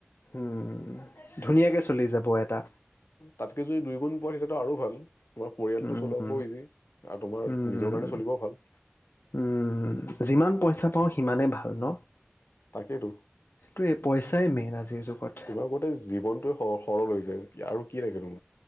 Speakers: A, on the left; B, on the left.
A: উম হুম ধুনীয়াকৈ চলি যাব এটা
B: তাতকে যদি দুই গুণ পোৱা তেতিয়াটো আৰু ভাল। তোমাৰ পৰিয়ালটো
A: উম
B: চলাবও ইজি আৰু তোমাৰ
A: উম
B: নিজৰ কাৰণে চলিবও ভাল
A: উম যিমান পইচা পাওঁ সিমানেই ভাল ন
B: তাকেইেতো
A: সেইটোৱে পইচাই মেইন আজিৰ যুগত
B: তোমাৰ আগতে জীৱনটোৱে সহ সৰল যায় আৰু কি লাগে নো